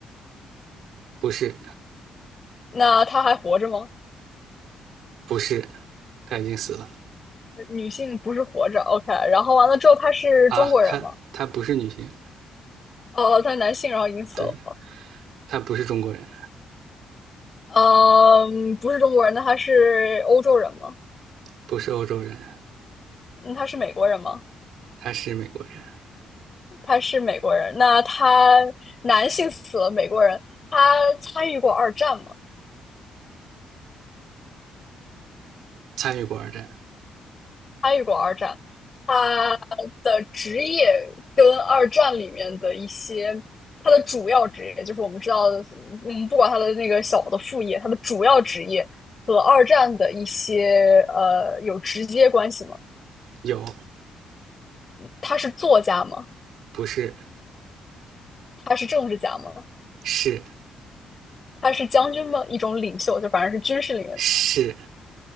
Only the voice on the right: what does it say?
不是，
不是，他已经死了。
啊，她她不是女性，
对，她不是中国人，
不是欧洲人，
她是美国人，
参与过二战，
有，
不是，
是
是